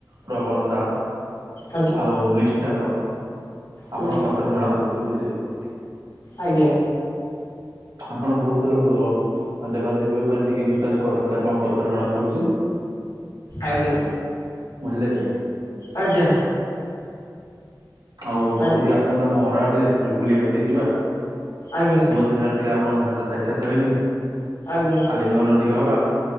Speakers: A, on the right (about 80°); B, on the left (about 80°).
A: ପ୍ରବଣତା
B: ଆଜ୍ଞା
A: ଆଉ ନିଷ୍ଠାର,
B: ଆଜ୍ଞା
A: ଆପଣଙ୍କ କଥାରୁ ଜଣା ପଡୁଛି ବୁଝିଲେ କି।
B: ଆଜ୍ଞା।
A: ଆପଣ ବହୁତ ଦେବାଦେବୀ ଉପରେ ଟିକେ ବିଶ୍ଵାସ କରନ୍ତି, ଆପଣଙ୍କ କଥାରୁ ଜଣା ପଡୁଚି।
B: ଆଜ୍ଞା।
A: ବୁଝିଲେ କି?
B: ଆଜ୍ଞା।
A: ଆଉ ବନ୍ଧୁ
B: ଆଜ୍ଞା
A: ଟିକେ ଆସନ୍ତୁ ଆମ ଘର ଆଡ଼େ, ବୁଲିବାକୁ ଟିକେ ଯିବା।
B: ଆଜ୍ଞା।
A: ବହୁତ ଦିନ ହେଲା, ଟିକେ ଆପଣଙ୍କ ସହିତ ସାକ୍ଷାତ ହେଇନି।
B: ଆଜ୍ଞା
A: ଆଲିଙ୍ଗନ ଟିକେ ହବା,